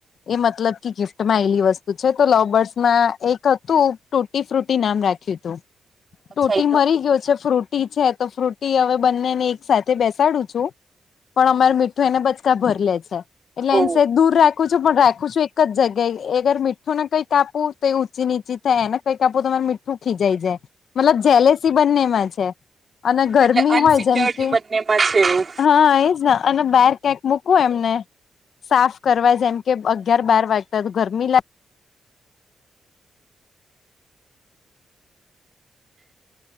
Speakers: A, on the left; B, on the right.
A: એ મતલબ કે ગિફ ટ વસ્તુ છે તો લોબર્સમાં એક હતું તૂટી ફ્રૂટી નામ રાખ્યું હતું.
B: અચ્છા
A: ટોટી
B: એટલું
A: મરી
B: ટૂટી
A: ગયો છે ફ્રુટી છે તો ફ્રુટી હવે બંનેને એક સાથે બેસાડું છું પણ અમાર મીઠું એને બચકા ભર લે છે એટલે
B: ઓ
A: એ દૂર રાખું. છું પણ રાખું છું એક જગ્યાએ એ અગર મીઠું ને કંઈકાપું તો એ ઊચી નીચી થાયને. કઈક આપું તમારે મીઠું ખીજાય જાય મતલબ જેલેસી બંનેમાં છે. અને ગરમી
B: એટલે અનસિક્યોરિટી
A: હોય જેમ કે
B: બંનેમાં છે એવું.
A: હા એ જ અને બાર કંક મુકવું એમને. સાફ કરવા જેમ કે અગિયાર બાર વાગતા તો ગરમી લાગ